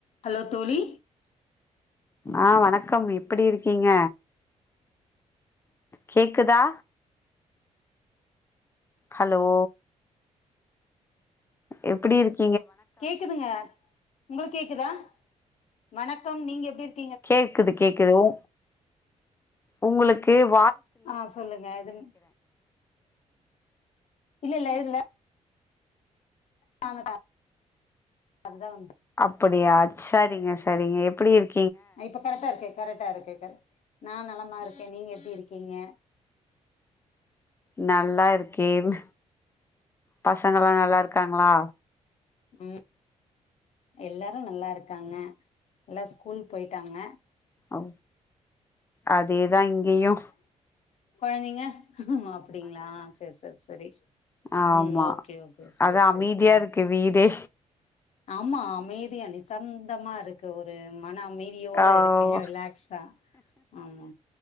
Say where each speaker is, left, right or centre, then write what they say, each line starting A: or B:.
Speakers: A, on the left; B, on the left.
A: Hello தோழி,
B: ஆ வணக்கம் எப்டி இருக்கீங்க கேக்குதா ஹலோ எப்டி இருக்
A: கேக்குதுங்க உங்களுக் கேக்குதா வணக்கம் நீங்க எப்டிருக்
B: கேக்குது கேக்குது உ உங்களுக் கேவ்
A: ஆ சொல்லுங்க எதுன்னு இல்லல்ல இதுல <inaudible> அதுதா வந்
B: அப்படியா சரிங்க செரிங்க எப்டிருக்
A: இப்ப கரெக்டா இருக்கே கரெக்டாருக்கு கரெக் நா நலமாருக்கே நீங்க எப்டிருக்கீங்க
B: நல்லா இருக்கேன் பசங்கலா நல்லாருக்காங்ளா
A: ம் எல்லாரூ நல்லாருக்காங்க எல்லா ஸ்கூல் போயிட்டாங்க
B: ஓ அத் தேதா இங்கேயூ
A: கொழந்தங்க அப்படிங்களா சரி சரி சரி
B: ஆமா
A: ம் ஓகே ஓகே சரி
B: அதா
A: சரி
B: அமைதியா
A: சரிங்க
B: இருக்கு வீடே
A: ஆமா அமைதியா நிசந்தமா இருக்கு ஒரு மன அமைதியோட
B: ஆ
A: இருக்கேன் ரிலாக்ஸா ஆமா